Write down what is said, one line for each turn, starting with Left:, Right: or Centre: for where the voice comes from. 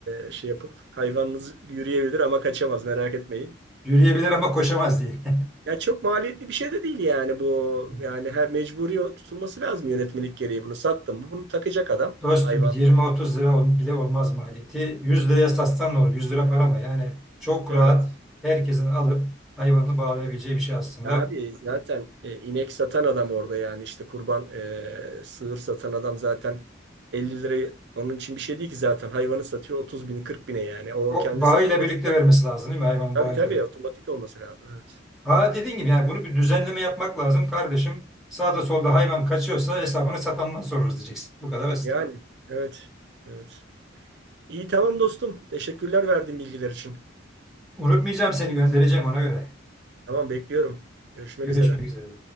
Right: e, şey yapıp hayvanınız yürüyebilir ama kaçamaz merak etmeyin.
Centre: Yürüyebilir ama koşamaz diye.
Right: Ya çok maliyetli bir şey de değil yani bu.
Centre: <laughs>
Right: Yani her mecburi tutulması lazım yönetmelik gereği. Bunu sattım mı bunu takacak adam.
Centre: Dostum
Right: Hayvan.
Centre: 20-30 lira ol- bile olmaz maliyeti. 100 liraya satsan ne olur? 100 lira para mı? Yani çok
Right: Evet.
Centre: rahat herkesin alıp hayvanını bağlayabileceği bir şey aslında.
Right: Abi zaten e, inek satan adam orada yani işte kurban e, sığır satan adam zaten 50 lirayı onun için bir şey değil ki zaten hayvanı satıyor 30 bin 40 bine yani. O
Centre: O
Right: kendisi
Centre: bağıyla
Right: otomatik.
Centre: birlikte vermesi lazım değil mi? Hayvanın
Right: Tabii
Centre: bağıyla
Right: tabii
Centre: birlikte.
Right: otomatik olması lazım. Evet.
Centre: Ha dediğin gibi yani bunu bir düzenleme yapmak lazım kardeşim. Sağda solda hayvan kaçıyorsa hesabını satandan sorarız diyeceksin. Bu kadar basit.
Right: Yani evet. Evet. İyi tamam dostum. Teşekkürler verdiğin bilgiler için.
Centre: Unutmayacağım seni göndereceğim ona göre.
Right: Tamam bekliyorum. Görüşmek
Centre: Görüşmek
Right: üzere.
Centre: üzere.